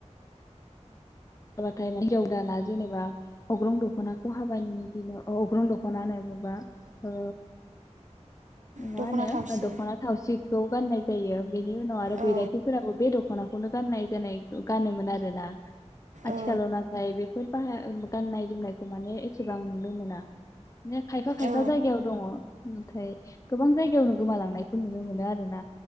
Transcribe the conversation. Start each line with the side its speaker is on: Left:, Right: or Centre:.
Left: हाबा बाथाय हिन्जाव गोदाना जेनेबा अग्रं दखनाखौ हाबानि दिनाव अग्रं दखनानो माबा ओ माहोनो
Right: दख'ना थावसि
Left: दखना थावसि। खौ गाननाय जायो। बेनि उनाव आरो
Right: औ
Left: बैरथिफोराबो बे दख'नाखौ बेखौनो गाननाय जानाय गानोमोन आरोना। आथिखालाव
Right: औ
Left: नाथाय बे बेफोर बाहाय गाननाय जोमनायखौ माने एसेबां नुनो मोना बिदिनो खायफा खायफा
Right: औ
Left: जायगायाव दङ नाथाय गोबां जायगायावनो गोमालांनायखौ नुनो मोनो आरो ना